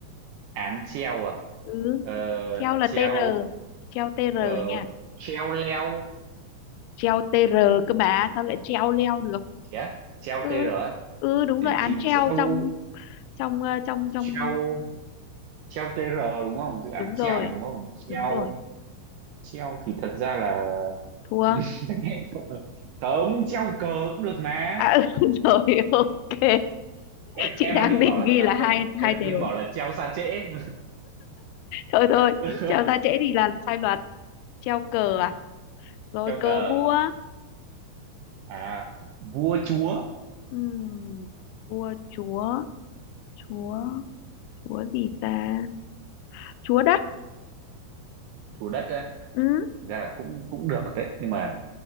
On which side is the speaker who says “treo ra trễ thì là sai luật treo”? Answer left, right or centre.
Left